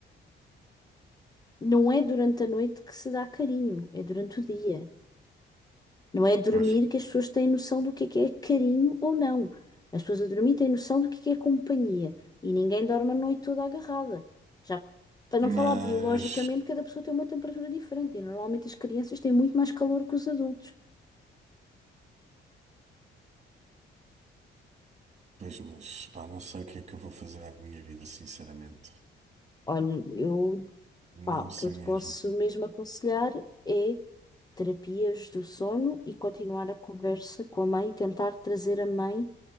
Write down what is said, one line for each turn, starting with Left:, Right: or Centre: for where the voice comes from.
Left: Não é durante a noite que se dá carinho, é durante o dia. Não é a dormir
Right: Pois,
Left: que as pessoas têm noção do que é que é carinho ou não. As pessoas a dormir têm noção do que é que é companhia. E ninguém dorme a noite toda agarrada. Já para
Right: mas.
Left: não falar biologicamente, cada pessoa tem uma temperatura diferente. E normalmente as crianças têm muito mais calor que os adultos.
Right: Pois, mas, pá, não sei o que é que eu vou fazer à minha vida, sinceramente.
Left: Olha, eu,
Right: Não
Left: pá, o
Right: sei
Left: que eu te
Right: mesmo.
Left: posso mesmo aconselhar é terapias do sono e continuar a conversa com a mãe e tentar trazer a mãe